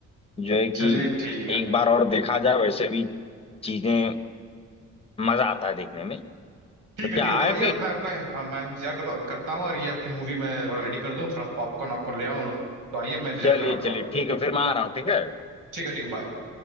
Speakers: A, on the left; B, on the right.
A: जो है कि
B: चलिए ठीक है
A: एक बार और देखा जाए वैसे भी चीजें मजा आता है देखने में
B: ठीक
A: तो क्या
B: है ठीक है
A: आए
B: तो आइए
A: फिर
B: मैं आपका हाँ मैं इंतजार करता करता हूँ और ये आपकी मूवी मैं थोड़ा रेडी कर दूँ थोड़ा पॉपकॉर्न वॉपकॉर्न ले आऊँ तो आइए मैं इंतजार
A: चलिए
B: कर रहा हूँ
A: चलिए
B: आपका
A: ठीक है फिर मैं आ रहा हूँ ठीक है
B: ठीक है ठीक है बाय